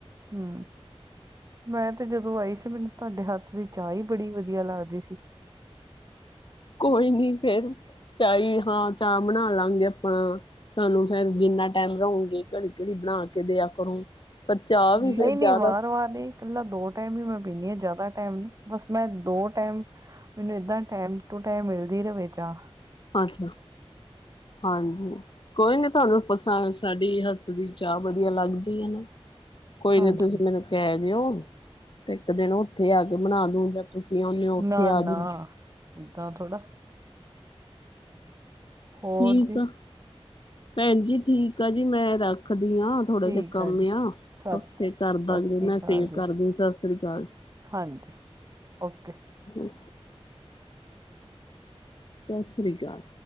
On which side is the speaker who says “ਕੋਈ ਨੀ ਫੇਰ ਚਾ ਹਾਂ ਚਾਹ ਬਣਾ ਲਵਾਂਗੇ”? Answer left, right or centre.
Left